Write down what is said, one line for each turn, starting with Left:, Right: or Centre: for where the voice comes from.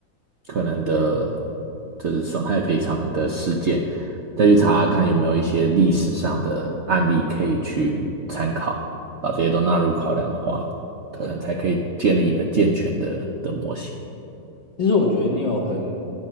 Right: 可能的，就是损害赔偿的事件，再去查看有没有一些历史上的案例可以去参考，把这些都纳入考量的话，可能才可以建立一个健全的的模型。
Left: 其实我觉得你有很